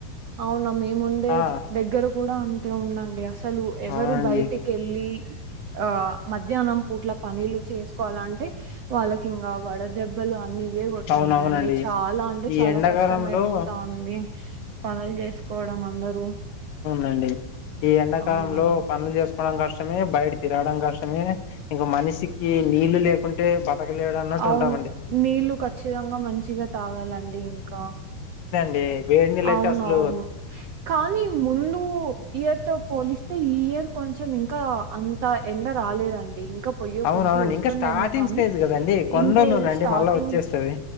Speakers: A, on the right; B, on the left.
A: అవునా మేముండే
B: ఆ
A: దగ్గర కూడ అంతే ఉందండి అసలు అసలు ఎవరు
B: అవునండి
A: బయటికి వెళ్ళ ఆ మధ్యాహ్నం పూట్ల పనిలు చేసుకోవాలంటే వాళ్ళకి ఇంగా వడ దెబ్బలు అన్ని ఇవే కొడుతన్నాయండి.
B: అవునవునండి
A: చాలా అంటే
B: ఈ
A: చాలా
B: ఎండాకాలంలో
A: కష్టం అయిపోతాంది. అ <unintelligible> పనుల్ చేసు పోవడం అందరూ
B: నండి ఈ ఎండాకాలంలో
A: అవునండి
B: పనులు చేసు కష్టమే బయట తిరడం కష్టమే ఇంక మనిషికి నీళ్ళు లేకుంటే బతకలేడు అన్నట్టు
A: అవును
B: ఉంటామండి
A: నీళ్లు ఖచ్చితంగా మంచిగా తాగాలండి ఇంకా
B: ఏ వేడ్నీల్లయితే
A: అవునవును
B: అసలూ
A: కానీ ముందు ఇయర్ తో పోలిస్తే ఈ ఇయర్ కొంచెం ఇంకా అంత ఎండ రాలేదండి ఇంకా పొయ్యే
B: అవునవునండి
A: కొద్దీ వస్తుందేమో
B: ఇంకా స్టార్టింగ్
A: కానీ
B: స్టేజ్ కదండి కొన్ని
A: ఇంకా
B: రోజులునండి
A: ఇది స్టార్టింగ్
B: మళ్ళా వచ్చేస్తది